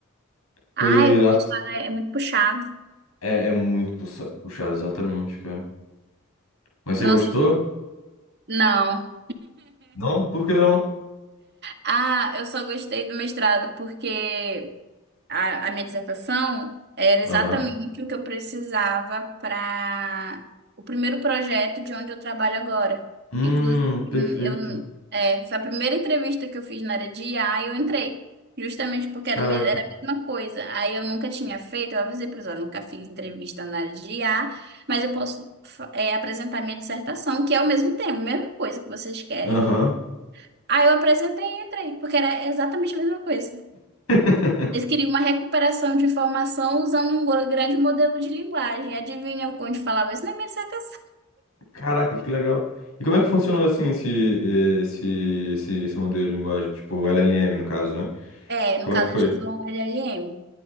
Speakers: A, on the left; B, on the right.
A: Foi
B: ai, o
A: lá...
B: mestrado é é muito puxado.
A: É, é muito puxa- puxado, exatamente, cara. Mas você
B: Nossa,
A: gostou?
B: não.
A: Não? Por que não?
B: Ah, eu só gostei do mestrado porque A, a minha dissertação era exatamente
A: Aham.
B: o que eu precisava para o primeiro projeto de onde eu trabalho agora.
A: Hum,
B: Inclusive,
A: perfeito.
B: eu, é, foi a primeira entrevista que eu fiz na área de IA e eu entrei, justamente porque era,
A: Caraca.
B: o mes- era a mesma coisa. Aí eu nunca tinha feito, eu avisei para eles, nunca fiz entrevista na área de IA, mas eu posso, fa- é, apresentar minha dissertação, que é o mesmo tema, a mesma coisa que vocês querem.
A: Aham.
B: Aí eu apresentei e entrei, porque era exatamente a mesma coisa.
A: <laughs>
B: Eles queriam uma recuperação de informação usando um gro- grande modelo de linguagem. Adivinha onde falava isso? Na minha dissertação.
A: Caraca, que legal. E como é que funcionou assim esse, esse, esse, esse modelo de linguagem? Tipo, LLM, no caso, né?
B: É, no
A: Como
B: caso,
A: é que foi?
B: a gente usou um LLM.